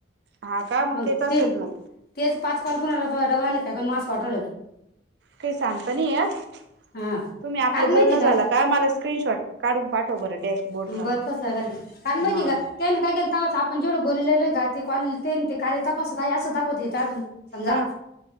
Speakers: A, on the right (about 60°); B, on the left (about 55°).
A: हा का
B: मग
A: तेच असेल
B: ते
A: मग
B: तेच पाच कॉल कुणाला पन डबल आले. त्या पण मास वाटलं
A: काही सांगता नाही येत
B: हा
A: तुम्ही आपलं
B: कारण
A: बोलणं
B: माहिती
A: झालं
B: आहे
A: का मला स्क्रीनशॉट काढून पा हो बरं डॅशबोर्डचा
B: बरं तस करती कारण माहिती
A: हा
B: का त्यांनी काय केलता साफ पण जेवढं बोलले आहे कॉल ते न ते कार्य ते तपासत आहे असं दाखवत देत अजून समजा
A: ह